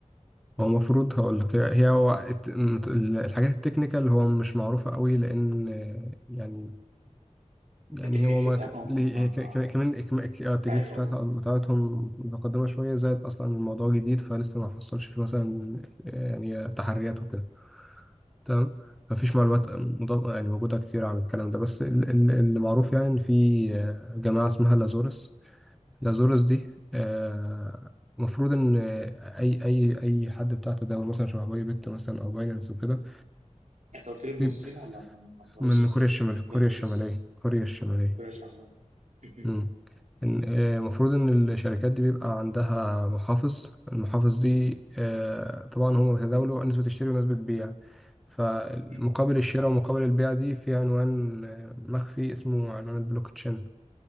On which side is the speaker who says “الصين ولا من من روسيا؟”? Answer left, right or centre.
Right